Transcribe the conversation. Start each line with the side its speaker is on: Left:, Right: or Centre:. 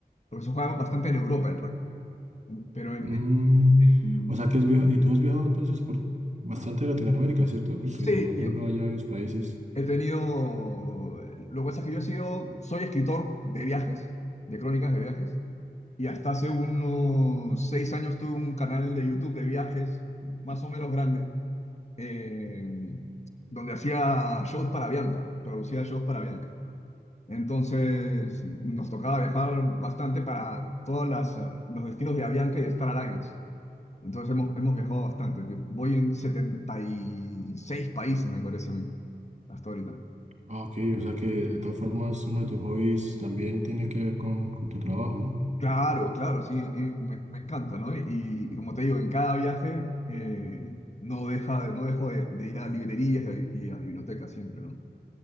Left: porque se juega bastante en Europa el rugby. Pero en,
Right: Mm,
Left: en-
Right: o sea que has viajado, y tú has viajado entonces por bastante Latinoamérica, ¿cierto? Porque
Left: sí,
Right: me has
Left: yo
Right: nombrado ya varios países.
Left: he tenido, lo que pasa es que yo he sido, soy escritor de viajes, de crónicas de viajes, Y hasta hace unos seis años tuve un canal de YouTube de viajes, más o menos grande, eh, donde hacía shows para Bianca, producía shows para Bianca. Entonces nos tocaba viajar bastante para todos los destinos de Avianca y de Star Alliance. Entonces hemos, hemos viajado bastante. Voy en 76 países, me parece a mí, hasta ahorita.
Right: Ah, ok, o sea que de todas formas uno de tus hobbies también tiene que ver con, con tu trabajo, ¿no?
Left: Claro, claro, sí, eh, me, me encanta, ¿no? Y, y como te digo, en cada viaje eh, no deja, no dejo de, de ir a librerías y a, y a bibliotecas siempre, ¿no?